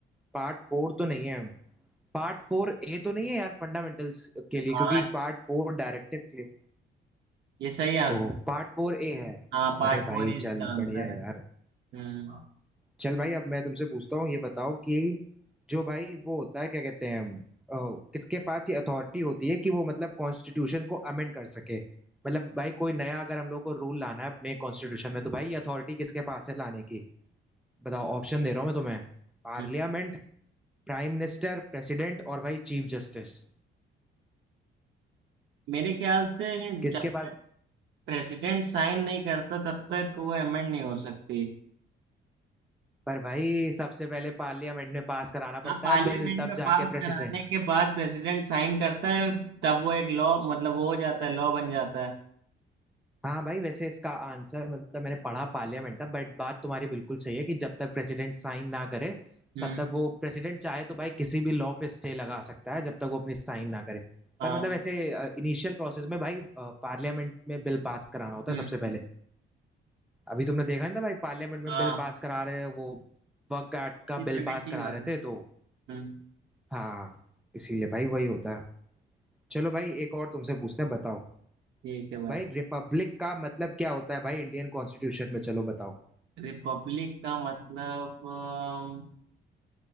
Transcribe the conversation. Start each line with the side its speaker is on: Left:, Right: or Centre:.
Centre: पार्ट फोर तो नहीं है पार्ट फोर ए तो नहीं है यार फंडामेंटल्स के लिए
Right: हाँ
Centre: क्योंकि पार्ट फोर डायरेक्टिव के लिए
Right: ये सही
Centre: तो पार्ट फोर ए है
Right: हाँ पार्ट
Centre: अरे
Right: फोर
Centre: भाई
Right: ही इसका
Centre: चल
Right: आंसर
Centre: बढ़िया यार
Right: है हम्म
Centre: चल भाई अब मैं तुमसे पूछता हूँ ये बताओ कि जो भाई वो होता है क्या कहते हैं अ, किसके पास ये अथॉरिटी होती है कि वो मतलब कॉन्स्टिट्यूशन को अमेंड कर सके मतलब भाई कोई नया अगर हम लोग को रूल लाना है अपने कॉन्स्टिट्यूशन में तो भाई ये अथॉरिटी किसके पास है लाने की बताओ ऑप्शन दे रहा हूँ मैं तुम्हें पार्लियामेंट
Right: हम्म।
Centre: प्राइम मिनिस्टर प्रेसिडेंट और भाई चीफ जस्टिस
Right: मेरे ख्याल से
Centre: किसके
Right: जब
Centre: पास
Right: प्रेसिडेंट साइन नहीं करता तब तक वो अमेंड नहीं हो सकती
Centre: पर भाई सबसे पहले पार्लियामेंट में पास कराना
Right: हाँ
Centre: पड़ता
Right: पार्लियामेंट
Centre: है बिल तब
Right: में पास
Centre: जाके प्रेसिडेंट
Right: कराने के बाद प्रेसिडेंट साइन करता है तब वो एक लॉ मतलब वो हो जाता है लॉ बन जाता है
Centre: हाँ भाई वैसे इसका आंसर मतलब मैंने पढ़ा पार्लियामेंट था बट बात तुम्हारी बिल्कुल सही है कि जब तक प्रेसिडेंट साइन ना करे
Right: हम्म
Centre: तब तक वो प्रेसिडेंट चाहे तो भाई किसी भी लॉ पे स्टे लगा सकता है जब तक वो अपनी साइन ना करे
Right: हाँ
Centre: पर मतलब ऐसे इनिशियल प्रोसेस में भाई पार्लियामेंट में बिल पास कराना होता
Right: हम्म
Centre: है सबसे पहले अभी तुमने देखा नहीं था भाई पार्लियामेंट में
Right: हाँ
Centre: बिल पास करा रहे हैं वो वर्क एक्ट का
Right: सेवेंटी
Centre: बिल पास करा
Right: वाला
Centre: रहे थे तो
Right: हम्म
Centre: हाँ इसीलिए भाई वही होता है चलो भाई एक और तुमसे पूछते हैं बताओ
Right: ठीक है भाई
Centre: भाई रिपब्लिक का मतलब क्या होता है भाई इंडियन कॉन्स्टिट्यूशन में चलो बताओ
Right: रिपब्लिक का मतलब अम,